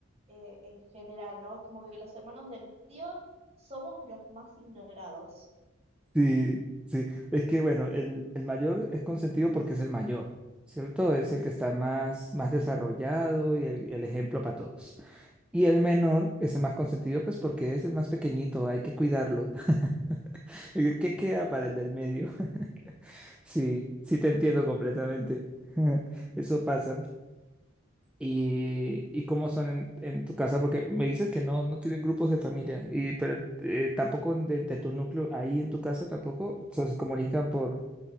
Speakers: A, on the right; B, in the centre.
A: eh, en general, ¿no? es Como que los hermanos del medio somos los más ignorados.
B: Sí, sí. Es que bueno, el, el mayor es consentido porque es el mayor, ¿cierto? Es el que está más, más desarrollado y el, el ejemplo para todos. Y el menor es el más consentido, pues porque es el más pequeñito, hay que cuidarlo. <laughs> ¿Qué queda para el del medio? <laughs> Sí, sí te entiendo completamente. <laughs> Eso pasa. ¿Y, y cómo son en, en tu casa? Porque me dices que no, no tienen grupos de familia, y, pero eh, tampoco de, de tu núcleo, ahí en tu casa tampoco se se comunican por,